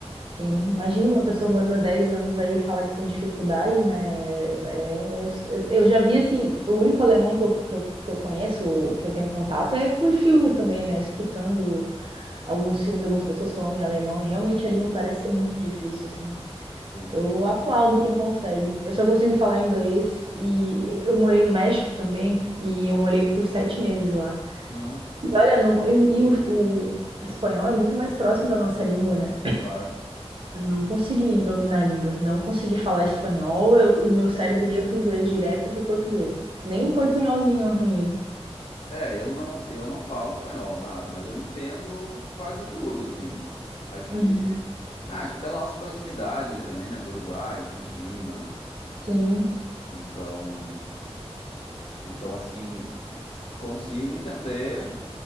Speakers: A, on the right (about 55°); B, on the left (about 65°).
A: Sim, imagina uma pessoa morando há 10 anos aí e falar que tem dificuldade, né? É, é- eu eu já vi, assim, o único alemão que eu, que eu, que eu conheço, o que eu tenho contato, é por filme também, né? Escutando alguns filmes, algumas pessoas falando em alemão, e realmente a língua parece ser muito difícil, assim.
B: Sim.
A: Eu aplaudo quem consegue. Eu só consigo falar inglês e eu, eu morei no México também, e eu morei por sete meses lá.
B: Ah,
A: E olha, não, e, e o o espanhol é muito mais próximo da nossa língua, né?
B: claro.
A: Eu não consegui dominar a língua, não consegui falar espanhol, eu- o meu cérebro ia pro inglês direto e pro português. Nem um portunholzinho eu arranhei.
B: É, eu não, eu não falo espanhol, nada, mas eu entendo quase tudo, assim. Acho
A: Uhum.
B: que, ah, acho que pela nossa proximidade ali também, né, com o Uruguai, Argentina,
A: Sim,
B: e e- então, então assim, consigo entender